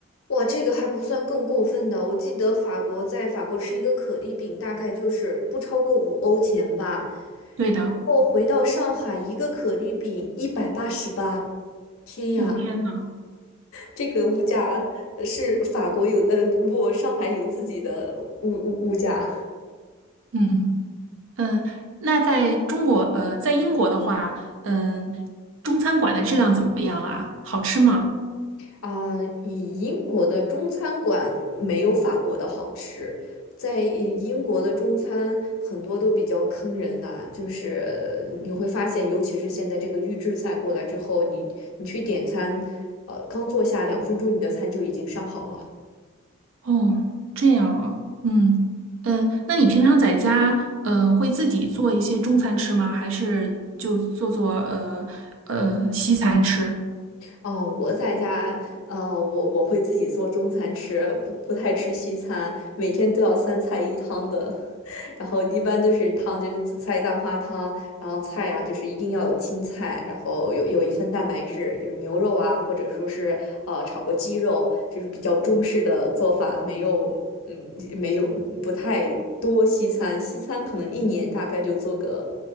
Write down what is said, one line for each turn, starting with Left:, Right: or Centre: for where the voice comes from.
Left: 哇，这个还不算更过分的。我记得法国在法国吃一个可丽饼，大概就是不超过五欧钱吧。
Right: 对的，
Left: 然后回到上海，一个可丽饼一百八十八。天呀，
Right: 哦天呐，
Left: 这个物价呃是法国有，呃，不，上海有自己的物物物价。
Right: 嗯。嗯，那在中国，呃，在英国的话，嗯，中餐馆的质量怎么样啊？好吃吗？
Left: 啊，以英国的中餐馆没有法国的好吃，在呃英国的中餐很多都比较坑人呐、就是你会发现，尤其是现在这个预制菜过来之后，你你去点餐，呃，刚坐下两分钟，你的餐就已经上好了。
Right: 哦，这样啊，嗯嗯，那你平常在家，呃，会自己做一些中餐吃吗？还是就做做呃呃西餐吃？
Left: 哦，呃我在家，啊，我我会自己做中餐吃，不不太吃西餐，每天都要三菜一汤的，<laughs> 然后一般都是汤就是紫菜蛋花汤，然后菜呀、就是一定要有青菜，然后有有一份蛋白质，就是牛肉啊，或者说是呃炒个鸡肉，就是比较中式的做法，没有嗯没有不太多西餐，西餐可能一年大概就做个